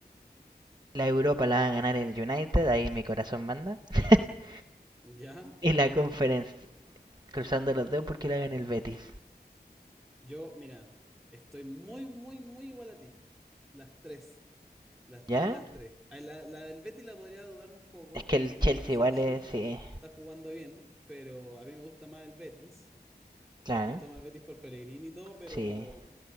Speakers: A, on the right (about 25°); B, in the centre.
A: la Europa la va a ganar el United, ahí mi corazón manda, <laughs>
B: ya.
A: y la Conference, cruzando los dedos porque la gana el Betis,
B: Yo, mira, estoy muy, muy, muy igual a ti. Las tres, las
A: ¿ya?
B: tres, las tres. Ah, La, la del Betis la podría dudar un poco
A: Es que el
B: con
A: Chelsea
B: el Chelsea.
A: igual es, sí.
B: Está jugando bien, pero a mí me gusta más el Betis.
A: Claro.
B: Me gusta más el Betis por Pellegrini y todo, pero,
A: Sí,